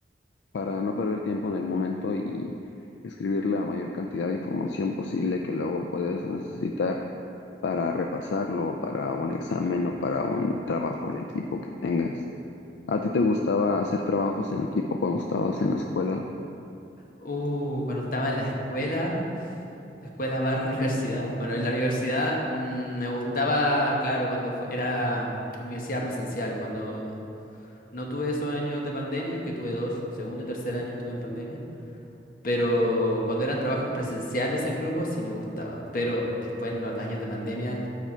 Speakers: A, on the left; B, on the left.
A: para no perder tiempo en el momento y escribir la mayor cantidad de información posible que luego puedes necesitar para repasarlo, para un examen o para un trabajo en equipo que tengas. ¿A ti te gustaba hacer trabajos en equipo cuando estabas en la escuela?
B: Uh, cuando estaba en la escuela, Escuela barra <laughs> universidad. Bueno, en la universidad mm, me gustaba, claro, cuando fue- era universidad presencial, cuando no tuve esos años de pandemia, que tuve dos, segundo y tercer año estuve en pandemia, pero cuando eran trabajos presenciales en grupo sí me gustaba, pero después en los años de pandemia,